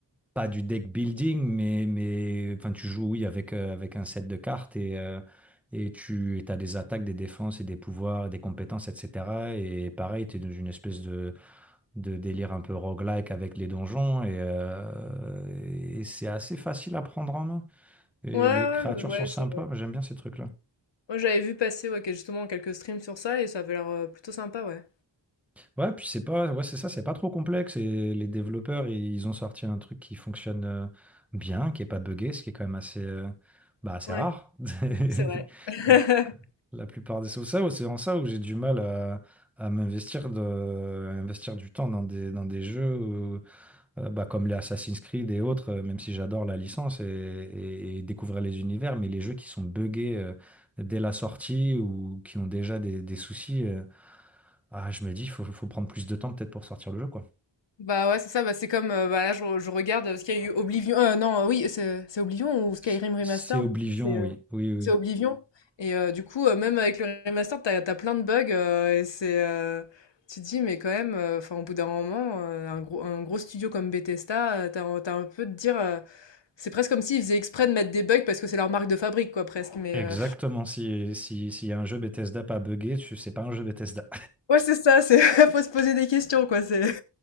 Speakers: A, in the centre; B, on the left.
A: pas du deck building, mais, mais enfin, tu joues oui avec, euh, avec un set de cartes et, euh, et tu as des attaques, des défenses et des pouvoirs, et des compétences, etc. Et pareil, tu es dans une espèce de, de délire un peu roguelike avec les donjons et, euh, et c'est assez facile à prendre en main. Et
B: Ouais, ouais,
A: les créatures
B: ouais, ouais,
A: sont sympas,
B: c'est-
A: moi, j'aime bien ces trucs-là.
B: Moi, j'avais vu passer ouais, que- justement quelques streams sur ça et ça avait l'air euh, plutôt sympa, ouais.
A: Ouais, puis c'est pas, ouais, c'est ça, c'est pas trop complexe. Et les développeurs, i- ils ont sorti un truc qui fonctionne euh, bien, qui est pas buggé, ce qui est quand même assez, euh, bah, assez
B: Ouais,
A: rare. <laughs>
B: c'est vrai. <laughs>
A: La plupart des, c'est ça, c'est en ça où j'ai du mal à, à m'investir de, à investir du temps dans des, dans des jeux où, euh, bah, comme les Assassin's Creed et autres, euh, même si j'adore la licence et, et- et découvrir les univers, mais les jeux qui sont buggés euh, dès la sortie ou qui ont déjà des, des soucis. euh, ah, je me dis, il faut, faut prendre plus de temps peut-être pour sortir le jeu, quoi.
B: Bah ouais, c'est ça, bah c'est comme, heu, bah là je re je regarde, parce qu'il y a eu Oblivion, heu, non, heu, oui, c'est c'est Oblivion ou Skyrim
A: C-
B: Remastered?
A: C'est Oblivion,
B: C'est, heu,
A: oui. Oui, oui.
B: c'est Oblivion et heu, du coup, heu, même avec le remastered, t'as t'as plein de bugs, heu et c'est, heu, tu te dis: «Mais quand même, heu, enfin au bout d'un moment, heu, un gros un gros studio comme Bethesda, heu, t'as un tu un peu de dire, heu, c'est presque comme s'ils faisaient exprès de mettre des bugs parce que c'est leur marque de fabrique quoi presque» mais
A: Exactement.
B: heu,
A: Si, si, s'il y a un jeu Bethesda pas buggé, tu- c'est pas un jeu Bethesda.
B: ouais c'est ça, c'est <laughs> faut se poser des questions quoi, c'est